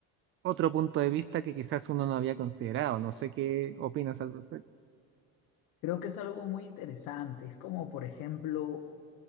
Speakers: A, on the right; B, on the left.
A: otro punto de vista que quizás uno no había considerado. No sé qué opinas al respecto.
B: Creo que es algo muy interesante. Es como, por ejemplo,